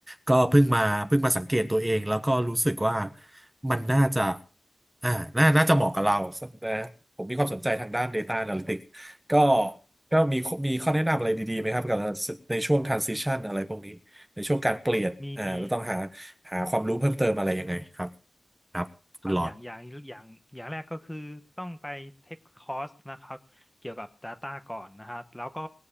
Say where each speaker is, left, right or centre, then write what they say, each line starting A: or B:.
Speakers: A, on the right; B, in the centre.
A: ก็เพิ่งมาเพิ่งมาสังเกตตัวเองแล้วก็รู้สึกว่ามันน่าจะอ่าน่าน่าจะเหมาะกับเรานะผมมีความสนใจทางด้าน Data Analytics ก็ก็มีมีข้อแนะนำอะไรดีๆไหมครับกับในช่วง transition อะไรพวกนี้ในช่วงการเปลี่ยนอ่าเราต้องหา
B: มีมี
A: หาความรู้เพิ่มเติมอะไรยังไงครับครับคุณหลอด
B: ครับอย่างอย่างอย่างอย่างแรกก็คือต้องไปเทคคอร์สนะครับเกี่ยวกับ Data ก่อนนะครับแล้วก็